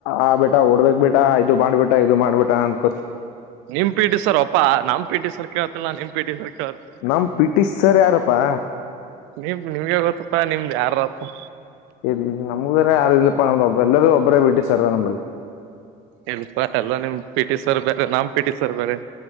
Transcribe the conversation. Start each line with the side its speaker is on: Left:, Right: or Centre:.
Left: ಆ ಬೇಟಾ ಓಡ್ಬೇಕಕ್ ಬ ಬಿಟಾ ಇಐದು ಮಾಡ್ಬಿಟಾ ಇದು ಮಾಡ್ಬಿಟ ಅನ್ಕೊತ್
Right: ನಿಮ್ ಪೀಟಿ ಸರ್ ಒಪ್ಪಾ ನಮ್ ಪೀಟಿ ಸರ್ ಕೇಳ್ತ್ತಲ್ಲ ನಿಮ್ ಪಿಟಿ ಸರ್ ಕೇಳತ್
Left: ನಮ ಪಿಟಿಷ್ ಸರ್ ಯಾರಪ್ಪಾ
Right: ನಿಮ ನಿಮ್ಗೆ ಗೊತ್ತಪ್ಪಾ ನಿಮ್ದ್ ಯಾರಪ್ಪ
Left: ಇಲ್ಲ ನಮಗರ ಯಾರು ಇಲ್ಲಪ್ಪ ನಮ್ದಬ್ ಎಲ್ಲರೂ ಒಬ್ಬರೇ ಬಿಟ್ಟ ಸಾರ ನಮ್ಮಲ್ಲಿ
Right: ಇಲ್ಪ ಎಲ್ಲ ನಿಮ್ ಪಿ ಟಿ ಸರ್ ಬೇರೆ ನಾಮ್ ಪಿ ಟಿ ಸರ್ ಬೇರೆ